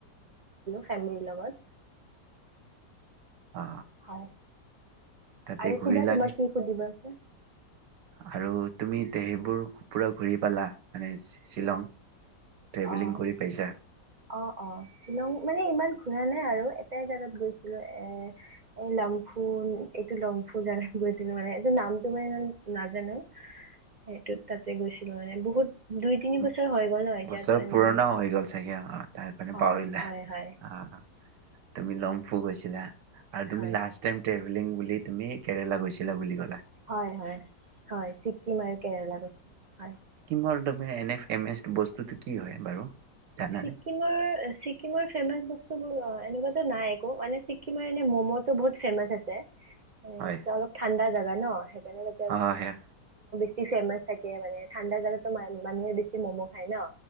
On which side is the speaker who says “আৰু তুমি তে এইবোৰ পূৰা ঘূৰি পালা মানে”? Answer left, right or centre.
Right